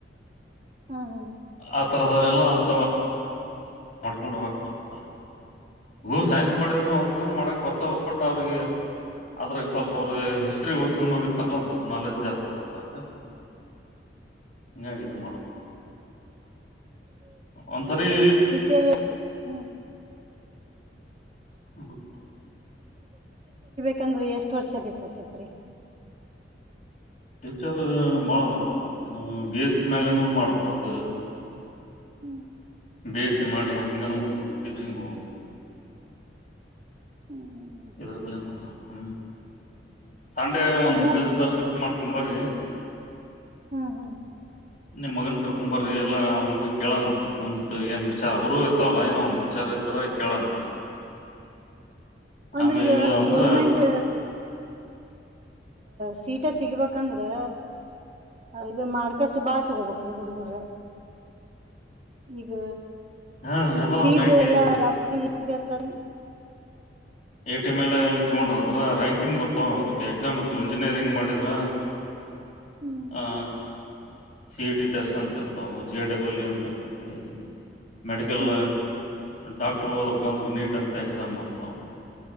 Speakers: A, on the right; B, on the left.
A: ಹಾ ಹಾ
B: ಅತ್ರರದ ಎಲ್ಲ ಅಂತ ಮಾಡ್ಕೊಂಡ್ ಹೋಗಕ್ ಬರ್ತ ಅವ್ರಗ ಹ
A: ಹ್ಮ್
B: ಸೈನ್ಸ್ ಮಾಡಿದ್ರುೂ ಅವ್ರಿಗೂನು ಮಾಡಕ್ ಬರ್ತ ತೋಗ ಪಟ್ಟ ಅವ್ರಗ ಅದ್ರಾಗ ಸ್ವಲ್ಪ ಅವ್ರು ಹಿಸ್ಟ್ರಿ ಓದಕೊಂಡ್ ಹೋಗಿರ್ತಾರಲ್ಲ ಸ್ವಲ್ಪ ನಾಲೆಜ್ ಜಾಸ್ತಿ ಮಾಡ್ತತ್ತ ಹಂಗ ಗಡು ಮಾಡಡೋ ಒಂದ್ಸರಿ
A: ಚರ್ ಹ್ಮ್ <inaudible>
B: ಹ
A: ಯಾಕಂದ್ರೆ ಎಷ್ಟು ವರ್ಷ ಬೇಕಾಕತ್ರಿ
B: ಟೀಚರ್ ಬಾಳ ಬರ್ತದ ನೀವು ಬಿ ಎಸ್ಸ ಮಲೆನ ಮಾಡ್ಬೋದು
A: ಹ್ಮ್
B: ಬೇ ಸಿೆ ಮಾಡೆ ಅಂಗನ ಿಚಿಂಗ
A: ಹ್ಮ್ ಹ್ಮ್
B: ಇವ್ರ ಮೇಲೆ ಹ್ಮ ಸಂಡೆ ಒಂದ್
A: ಅವು
B: ದಿವ್ಸಷಿ ಮಾಡ್ಕೊಂಡ್ ಬರ್ರಿ
A: ಹ್ಮ್ ಹ್ಮ್
B: ನಿಮ್ ಮಗನ್ ಕರ್ಕೊಂಬರಿ ಎಲ್ಲಾ ಅವನ್್ಗೆ ಕೇಳೋಣಂತೆ ಒಂತತ್ ಏನ್ ವಿಚಾರ ಅವರು ಇರ್ತಾವಲ್ಲ ಏನೋ ಒಂದ ವಿಚಾರ ಇ ಕೇಳೋಣ
A: ಅಂದ್ರ
B: ಆಮೇ
A: ಈಗ
B: ಇಲ್ಲ ಅಂದ್ರ
A: ಗೋರ್ಮೆಂಟ್ ಸೀಟ ಸಿಗ್ಬೇಕಂದ್ರೆ ಇದು ಮಾರ್ಕಸ್ ಬಾ ತಗೋಬೇಕ್ರೀ ಹುಡುಗರ ಈಗ
B: ಹಾ ಎಲ್ಲವೂ
A: ಫೀಸ್
B: ನೈಂಟಿ
A: ಎಲ್ಲಾ ಜಾಸ್ತಿ ಕೇಳ್ತಾರ
B: ಟಿ ಮೇಲೆ ಹೆಂಗ ತೊಂಡ್ರ ಅಂದ್ರ ರ್ಯಾಂಕಿಂಗ್ ಬರ್ತಾವ ಅದಕ್ಕೆ ಎಕ್ಸಾಮ್ ಬರ್ತ ಇಂಜಿನಿಯರಿಂಗ್ ಮಾಡಿದ್ರ
A: ಹ್ಮ್
B: ಹ ಸಿ ಡಿ ಡಸ್ ಅಂತರ್ತವು ಜೆ ಡಬಲ್ ಇ ಅಂತರ್ತತಿ ಮೆಡಿಕಲ್
A: ಹ್ಮ್
B: ಡಾಕ್ಟರ್ ಓದಬೇಕಂದ್ರೆ ನೀಟ್ ಅಂತ ಎಕ್ಸಾಮ್ ಬರ್ತಾವ